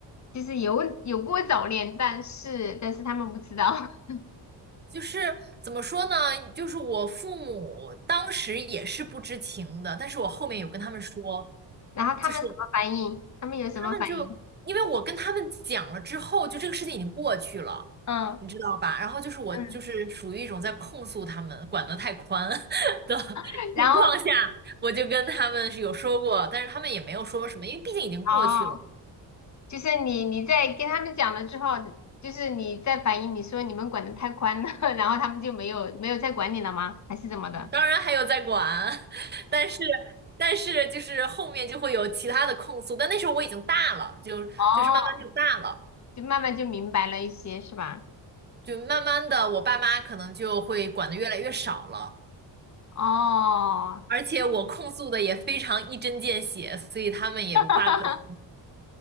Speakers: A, on the left (about 40°); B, on the right (about 20°).
A: 其实有有过早恋，但是但是他们不知道，<laughs> 嗯，
B: 就是怎么说呢？就是我父母当时也是不知情的，但是我后面有跟他们说。
A: 然后他们什么反应？
B: 就是。
A: 他们有什么反应？
B: 他们就因为我跟他们讲了之后，就这个事情已经过去了，
A: 嗯
B: 你知道吧？然后就是我就是属于一种在控诉他们管得太宽
A: 嗯，
B: <laughs> 的
A: <laughs> 然后。
B: 情况下，我就跟他们是有说过，但是他们也没有说什么，因为毕竟已经过去了。
A: 哦，就是你你在跟他们讲了之后，就是你在反映你说你们管得太宽了，<laughs> 然后他们就没有没有再管你了吗？还是怎么的？
B: 当然还有在管，<laughs> 但是但是就是后面就会有其他的控诉，但那时候我已经大了，就就是慢慢就大了，
A: 哦，就慢慢就明白了一些，是吧？
B: 就慢慢的我爸妈可能就会管的越来越少了。
A: 哦，
B: 而且我控诉的也非常一针见血，所以他们也无话可说。
A: <laughs>